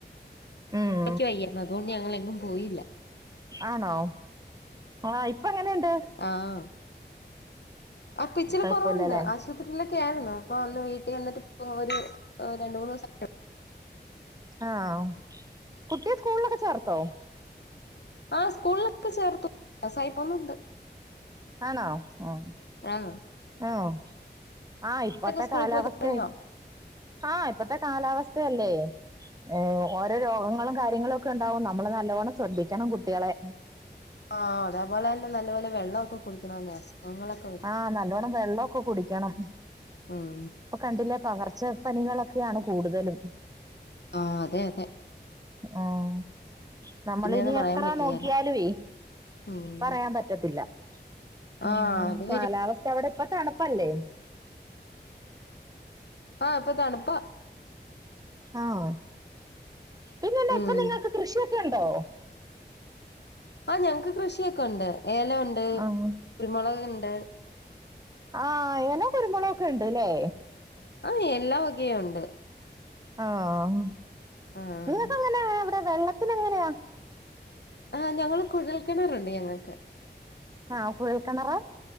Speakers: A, on the right (about 20°); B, on the left (about 70°).
A: ഉം
B: ക്ക് വയ്യാരുന്നു അതൊണ്ട് ഞങ്ങളെങ്ങും പോയില്ല
A: ആണോ ആ ഇപ്പ എങ്ങനെണ്ട്
B: ആഹ് ആ പിച്ചിരികുറവുണ്ട്
A: കുഴപ്പമില്ലല്ലേ
B: ആശുപത്രിയിലൊക്കെ യിരുന്നു പ്പം അന്ന് വീട്ടി വന്നിട്ട് പ്പോ ഒരു രണ്ട്മൂന്ന് ദിവസം
A: ആഹ് കുട്ടിയെ സ്കൂളിലൊക്കെ ചേർത്തോ
B: ആ സ്കൂളിലൊക്കെ ചേർത്തു പാസായിപ്പോന്നുണ്ട്
A: ആണോ ഉം
B: ആണേ
A: ആണേ ആ ഇപ്പത്തെ
B: സ്കൂളിൽ
A: കാലാവസ്ഥേ
B: പോയി തുടങ്ങിയോ
A: ആഹ് ഇപ്പത്തെ കാലാവസ്ഥയല്ലേ ഏ ഓരോ രോഗങ്ങളും കാര്യങ്ങളും ഒക്കെ ണ്ടാവും നമ്മള് നല്ലവണ്ണം ശ്രദ്ധിക്കണം കുട്ടികളെ
B: ആഹ് അതേപോലെ തന്നെ നല്ലപോലെ വെള്ളമൊക്കെ കുടിക്കണം അസുഖങ്ങളൊക്കെ വരും
A: ആ നല്ലോണ്ണം വെള്ളാക്കെ കുടിക്കണം
B: ഉം
A: പ്പം കണ്ടില്ലേ പകർച്ച പനികളൊക്കെയാണ് കൂടുതലും
B: ആഹ് അതെ അതെ
A: ആ ഹ് നമ്മളി
B: പിന്നെന്ന്
A: ഇനി
B: പറയാൻ
A: എത്ര
B: പറ്റിയേല
A: നോക്കിയാലു
B: ഉം
A: പറയാൻ പറ്റ പറ്റത്തില്ല ഉം
B: ആഹ് അതെ
A: കാലാവസ്ഥ അവിടെ ഇപ്പ തണുപ്പല്ലേ
B: ആഹ് ഇപ്പ തണുപ്പ
A: ആണേ പിന്നെ ല്ലാ
B: ഉം
A: ഇപ്പ നിങ്ങൾക്ക് കൃഷിയൊക്കെ ണ്ടോ
B: ആഹ് ഞങ്ങക്ക് കൃഷിയൊക്കെ ണ്ട് ഏലം ണ്ട്
A: ആഹ്
B: കുരുമുളക് ണ്ട്
A: ആഹ് ഏലം കുരുമുളൊക്കെ ണ്ട് ല്ലേ
B: ആഹ് എല്ലാ വകയും ഉണ്ട്
A: ആണേ
B: ആഹ്
A: ഇങ്ങക്ക് എങ്ങനെ അവിടെ വെള്ളത്തിന് എങ്ങനെയാ
B: ആഹ് ഞങ്ങള് കുഴൽ കിണറുണ്ട് ഞങ്ങൾക്ക്
A: ആഹ് കുഴൽ കിണറാ